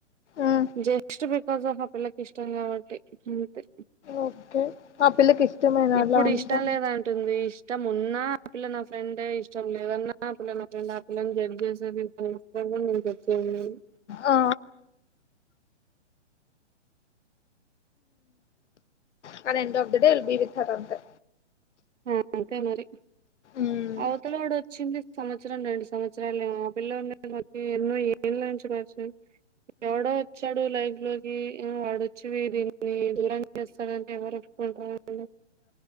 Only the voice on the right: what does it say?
జస్ట్ బికాస్ ఆఫ్ ఆ పిల్లకి ఇష్టం కాబట్టి అంతే
ఇప్పుడు
ఇష్టం లేదు అంటుంది ఇష్టం ఉన్నా ఆ పిల్ల నా ఫ్రెండే ఇష్టం లేదన్నా ఆ పిల్ల నా ఫ్రెండ్ <unintelligible>
ఆ అంతే మరి
అవతల వాడు వచ్చింది. సంవత్సరం రెండు సంవత్సరాలు ఆ పిల్లన్నీ మరీ ఎన్నో ఎందులో నుంచి కావచ్చు ఎవడో వచ్చాడు లైఫ్ లోకి ఉ వాడొచ్చివి వీడిని దీన్ని దూరం చేస్తాడంటే ఎవరు నాకు రాధులే